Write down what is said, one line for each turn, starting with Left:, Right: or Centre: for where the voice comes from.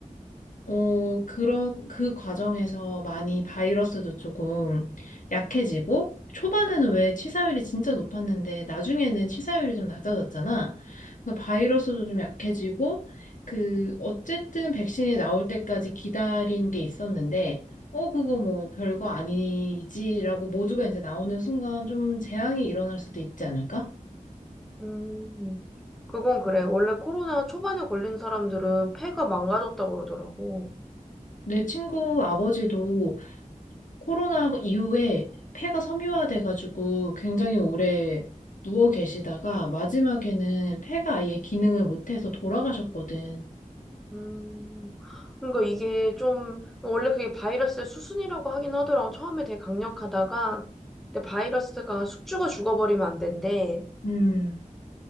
Left: 어, 그런 그 과정에서 많이 바이러스도 조금 약해지고, 초반에는 왜 치사율이 진짜 높았는데, 나중에는 치사율이 좀 낮아졌잖아. 그 바이러스도 좀 약해지고, 그, 어쨌든 백신이 나올 때까지 기다린 게 있었는데, 어, 그거 뭐 별거 아니지라고 모두가 이제 나오는 순간 좀 재앙이 일어날 수도 있지 않을까?
Centre: 음, 그건 그래. 원래 코로나 초반에 걸린 사람들은 폐가 망가졌다고 그러더라고.
Left: 내 친구 아버지도 코로나 이후에 폐가 섬유화돼가지고 굉장히 오래 누워 계시다가 마지막에는 폐가 아예 기능을 못해서 돌아가셨거든.
Centre: 음, 그러니까 이게 좀, 원래 그게 바이러스의 수순이라고 하긴 하더라고. 처음에 되게 강력하다가, 근데 바이러스가 숙주가 죽어버리면 안 된대.
Left: 음,